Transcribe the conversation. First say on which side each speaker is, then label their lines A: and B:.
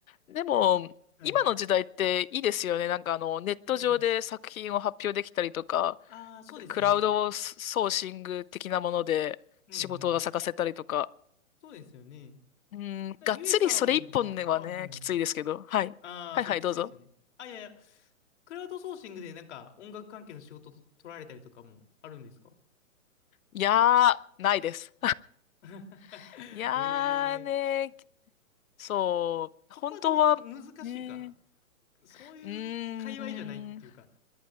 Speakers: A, on the left; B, on the left.
A: でも、
B: はい。
A: 今の時代っていいですよね。なんかあの、ネット上で作品を発表できたりとか、
B: うん。ああ、そうですね。
A: クラウドソーシング的なもので仕事が咲かせたりとか。
B: うんうん。そうですよね。
A: うん、
B: だからゆえさんとか、
A: がっつりそれ一本ではね、
B: あ、はいはい。
A: きついですけど。はい。
B: ああ、
A: はいはい、
B: そう、きついですよね。
A: どうぞ。
B: あ、いやいや、クラウドソーシングでなんか音楽関係の仕事と取られたりとかもあるんですか
A: いやー、ないです。
B: <laughs>
A: <laughs> いやーね、
B: へえ。
A: そう、
B: そこはど、
A: 本当は、
B: ど、難しいか。
A: ね、
B: そういう界隈じゃないっていうか。
A: うーん、